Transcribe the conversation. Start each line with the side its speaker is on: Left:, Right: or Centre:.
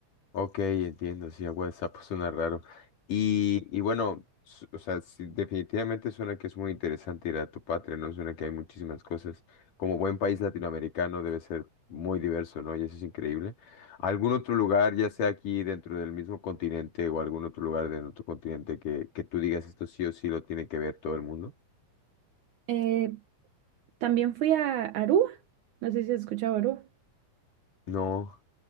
Left: Ok, entiendo, sí, a WhatsApp suena raro. Y, y bueno, su- o sea, sí, definitivamente suena que es muy interesante ir a tu patria, ¿no? Suena que hay muchísimas cosas. Como buen país latinoamericano debe ser muy diverso, ¿no? Y eso es increíble. ¿Algún otro lugar, ya sea aquí dentro del mismo continente o algún otro lugar de otro continente que, que tú digas esto sí o sí lo tiene que ver todo el mundo?
Right: Eh, también fui a Aruba, no sé si has escuchado Aruba.
Left: No,